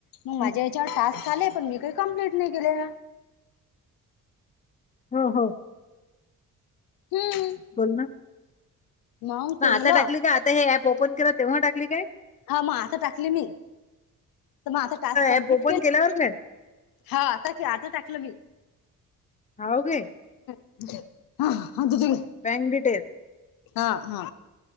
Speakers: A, on the left (about 20°); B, on the left (about 80°).
A: हम्म.
B: मग माझ्या याच्यावर टास्क आले पण मी काही कंप्लीट नाही केले.
A: हो हो!
B: हम्म!
A: बोल ना,
B: मग ते
A: हा
B: झालं
A: आता टाकली काय आता हे ऍप ओपन केली तेव्हा टाकली काय?
B: हा मग आता टाकली मी तर मग आता टास्क कम्प्लीट
A: ऍप ओपन
B: केल
A: केल्यावर नाही
B: हा आता आता टाकलं मी.
A: हाव काय!
B: <unintelligible>
A: बँक डिटेल
B: हा हा!